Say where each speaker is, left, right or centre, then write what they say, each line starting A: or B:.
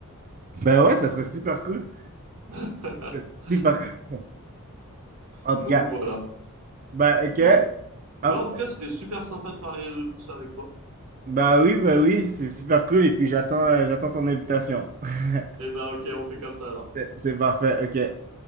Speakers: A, on the right; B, on the right.
A: Ben ouais, ça serait super cool.
B: <laughs>
A: C'est Super cool. En
B: Donc
A: tout cas.
B: voilà.
A: Ben ok.
B: Bah, en tout- ouais,
A: Hop.
B: en tout cas, c'était super sympa de parler de tout ça avec toi.
A: Ben oui, ben oui, c'est super cool. Et puis j'attends euh, j'attends ton invitation. <laughs>
B: Et ben ok, on fait comme ça alors.
A: C'est c'est parfait. Ok.